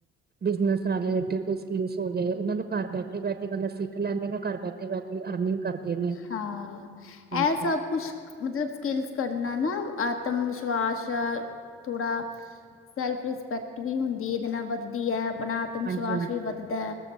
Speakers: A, on the right; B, on the left.
A: ਬਿਜਨਸ ਨਾਲ ਰਿਲੇਟਡ ਕੋਈ ਸਕਿਲਸ ਹੋ ਜਾਏ ਉਨਾਂ ਨੂੰ ਘਰ ਬੈ ਬੈਠੇ ਮਤਲ ਸਿੱਖ ਲੈਂਦੇ ਨੇ ਘਰ ਬੈਠੇ ਬੈਠੇ ਅਰਨਿੰਗ ਕਰਦੇ ਨੇ
B: ਹਾਂ
A: ਹਾਂਜੀ।
B: ਇਹ ਸਭ ਕੁਛ ਮਤਲਬ ਸਕਿਲਸ ਕਰਨਾ ਨਾ ਆਤਮ ਵਿਸ਼ਵਾਸ ਥੋੜ੍ਹਾ ਸੈਲਫ ਰਿਸਪੈਕਟ ਵੀ ਹੁੰਦੀ ਇਦੇ ਨਾਲ ਵੱਧਦੀ ਐ ਆਪਣਾ ਆਤਮ
A: ਹਾਂਜੀ
B: ਵਿਸ਼ਵਾਸ
A: ਹਾਂਜੀ ਹਾਂਜੀ
B: ਵੀ ਵੱਧਦੈ।